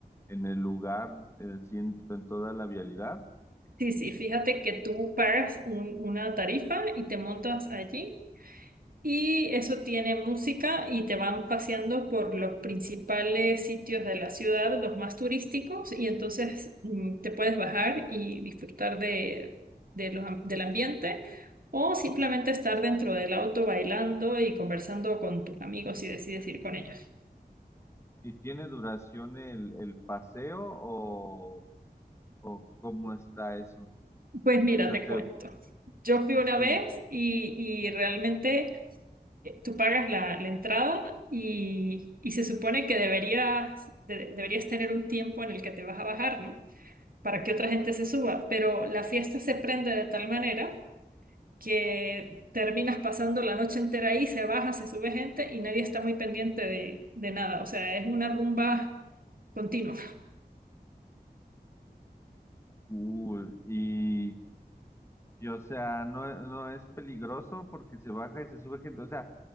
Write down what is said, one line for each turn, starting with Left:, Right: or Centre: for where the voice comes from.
Left: en el lugar, eh, así en en toda la vialidad
Right: sí, sí, fíjate que tú pagas un- una tarifa y te montas allí Y eso tiene música y te van paseando por los principales sitios de la ciudad, los más turísticos, y entonces mm, te puedes bajar y disfrutar de, de los am- del ambiente o simplemente estar dentro del auto bailando y conversando con tus amigos si decides ir con ellos.
Left: ¿Y tiene duración el, el paseo o, o cómo está eso?
Right: Pues mira,
Left: O sea,
Right: te
Left: te,
Right: cuento. Yo fui una
Left: sí,
Right: vez y, y realmente eh, tú pagas la, la entrada y, y se supone que deberías, de- deberías tener un tiempo en el que te vas a bajar, ¿no? para que otra gente se suba, pero la fiesta se prende de tal manera que terminas pasando la noche entera ahí, se baja, se sube gente y nadie está muy pendiente de, de nada, o sea, es una rumba continua. <laughs>
Left: cool. Y, y, o sea, no, no es peligroso porque se baja y se sube gente. O sea,